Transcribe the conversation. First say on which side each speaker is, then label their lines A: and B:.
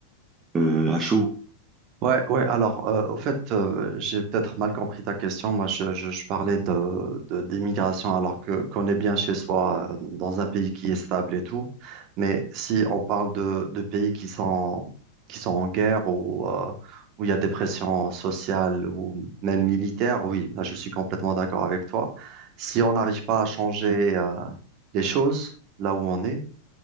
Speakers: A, on the right; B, on the right.
A: euh, à chaud.
B: Ouais, ouais. Alors, euh, au fait, euh, j'ai peut-être mal compris ta question. Moi, je, je, je parlais de, de- d'immigration, alors que qu'on est bien chez soi, euh, dans un pays qui est stable et tout. Mais si on parle de, de pays qui sont qui sont en guerre ou euh, où il y a des pressions sociales ou même militaires, oui, là, je suis complètement d'accord avec toi. Si on n'arrive pas à changer euh, les choses là où on est.